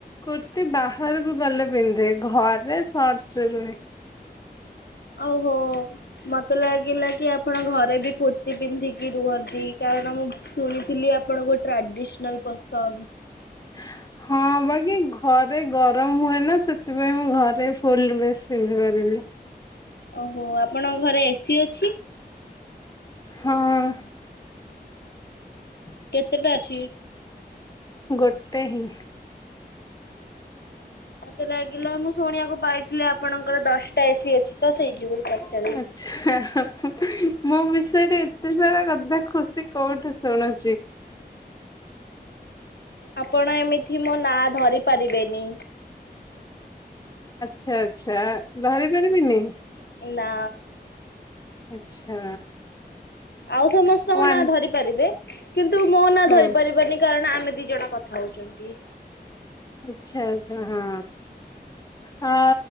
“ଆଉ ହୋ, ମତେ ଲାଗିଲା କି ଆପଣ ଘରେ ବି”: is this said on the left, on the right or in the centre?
Left